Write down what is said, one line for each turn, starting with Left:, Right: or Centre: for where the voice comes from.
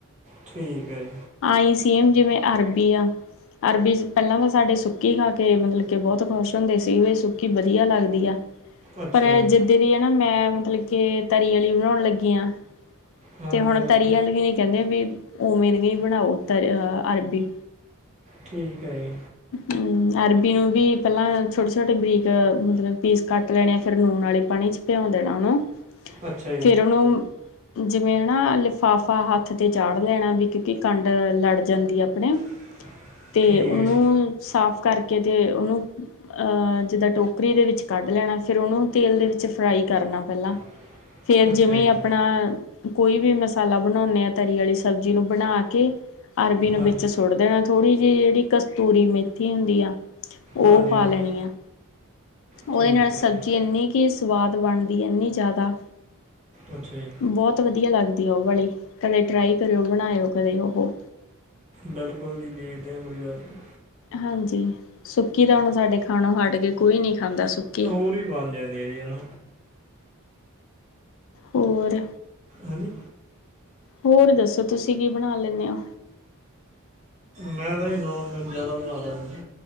Right: ਠੀਕ ਐ ਜੀ।
Left: ਆਈ ਸੀ ਹੂ ਜਿਵੇਂ ਅਰਬੀ ਆ। ਅਰਬੀ ਪੇਲਾਂ ਤਾਂ ਸਾਡੇ ਸੁੱਕੀ ਖਾ ਕੇ ਮਤਲਬ ਕਿ ਬੋਤ ਖੁਸ਼ ਹੁੰਦੇ ਸੀ ਵੀ ਸੁੱ ਕੀ ਵਧੀਆ ਲੱਗਦੀ ਆ,
Right: ਅੱਛਾ
Left: ਪਰ
Right: ਜੀ
Left: ਜੇ ਜੇਰੀ ਐ ਨਾ ਮੈਂ ਮਤਲਬ ਕੇ ਤਰੀ ਆਲੀ ਬਣਾਉਣ ਲੱਗੀ ਆ
Right: ਹਾਂਜੀ
Left: ਤੇ ਹੁਣ
Right: ਹਾਂਜੀ
Left: ਤਰੀ ਆਲੀ ਵੀ ਨ ਕੇਂਦੇ ਵੀ ਉਵੇਂ ਦੀ ਬਣਾਓ ਤ ਅਰਬੀ।
Right: ਠੀਕ ਐ ਜੀ।
Left: ਹੂੰ ਅਰਬੀ ਨੂੰ ਵੀ ਪੇਲਾਂ ਛੋਟੇ-ਛੋਟੇ ਬਰੀਕ ਮਤਲਬ ਪੀਸ ਕੱਟ ਲੈਣੇ ਆ ਫੇਰ ਨੂਣ ਆਲੇ ਪਾਨੀ ਚ। ਭਿਯੋ ਦੇਣਾ ਓਨੂੰ,
Right: ਅੱਛਾ ਜੀ
Left: ਫੇਰ ਓਨੂੰ ਜਿਵੇਂ ਹਨਾ ਲਿਫਾਫਾ ਹੱਥ ਤੇ ਚਾੜ ਲੈਣਾ ਵੀ ਕਿਉਂਕਿ ਕੰਡ ਲੜ ਜਾਂਦੀ ਅਪਣੇ।
Right: <unintelligible>
Left: ਤੇ ਓਨੂੰ
Right: ਹੈ ਜੀ
Left: ਸਾਫ਼ ਕਰਕੇ ਤੇ ਓਨੂੰ ਜਿੱਦਾਂ ਟੋਕਰੀ ਦੇ ਵਿੱਚ ਕੱਢ ਲੈਣਾ, ਫੇਰ ਉਨੂੰ ਤੇਲ ਦੇ ਵਿੱਚ ਫਰਾਈ ਕਰਨਾ ਪੈਲਾਂ।
Right: <inaudible>
Left: ਫੇਰ ਜਿਵੇਂ
Right: ਜੀ
Left: ਆਪਣਾ, ਕੋਈ ਵੀ ਮਸਾਲਾ ਬਣਾਉਂਨੇ ਆ ਤਰੀ ਵਾਲੀ ਸਬਜ਼ੀ ਨੂੰ ਬਣਾ ਕੇ ਅਰਬੀ ਨੂੰ
Right: ਹਾਂਜੀ
Left: ਵਿੱਚ ਸੁੱਟ ਦੇਣਾ, ਥੋੜ੍ਹੀ ਜਿਹੀ ਜਿਹੜੀ ਕਸਤੂਰੀ ਮੇਥੀ ਹੁੰਦੀ ਆ ਉਹ
Right: ਹਾਂਜੀ
Left: ਪਾ
Right: ਹਾਂਜੀ
Left: ਲੈਣੀ ਆ, ਉਹਦੇ
Right: ਠੀਕ
Left: ਨਾਲ
Right: ਹੈ
Left: ਸਬਜ਼ੀ
Right: ਜੀ
Left: ਇੰਨੀ ਨੀ ਸਵਾਦ ਬਣਦੀ ਇੰਨੀ ਜ਼ਿਆਦਾ
Right: ਅੱਛਾ ਜੀ
Left: ਬਹੁਤ ਵਧੀਆ ਲੱਗਦੀ ਆ ਉਹ ਵਾਲੀ, ਕਦੇ ਟਰਾਈ ਕਰਿਓ ਬਣਾਇਓ ਕਦੇ ਉਹ।
Right: ਬਿਲਕੁਲ ਜੀ, ਦੇਖਦੇ ਆ ਕੋਈ ਗੱਲ ਨੀ।
Left: ਹਾਂਜੀ, ਸੁੱਕੀ ਤਾਂ ਹੁਣ ਸਾਡੇ ਖਾਣੋ ਹਟ ਗੇ, ਕੋਈ ਨੀ ਖਾਂਦਾ ਸੁੱਕੀ।
Right: ਪੂਰੀ ਬਣ ਜਾਂਦੀ ਐ, ਹਨਾ?
Left: ਹੋਰ
Right: ਹੈਜੀ
Left: ਹੋਰ ਦੱਸੋ ਤੁਸੀਂ ਕੀ ਬਣਾ ਲੈਂਨੇ ਔ?
Right: ਮੈਂ ਤਾਂ ਜੀ ਨਾਨ ਵੈਜ ਜ਼ਿਆਦਾ ਬਣਾ ਲੈਂਨਾ।